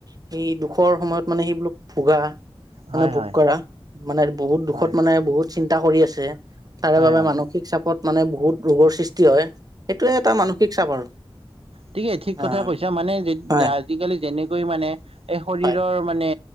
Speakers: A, on the right; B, on the right.
A: সেই দুখৰ সময়ত মানে সেইবিলাক ভোগা
B: হয়
A: মানে
B: হয়
A: ভোগ কৰা মানে বহুত দুখত
B: হয়
A: মানে বহুত চিন্তা কৰি আছে তাৰে
B: হয়
A: বাবে
B: হয়
A: মানসিক চাপত মানে বহুত ৰোগৰ সৃষ্টি হয় সেইটোৱে এটা মানসিক চাপ আৰু
B: ঠিকে ঠিক কথা
A: অ
B: কৈছা মানে
A: হয়
B: যে আজিকালি যেনেকৈ মানে এই শৰীৰৰ
A: হয়
B: মানে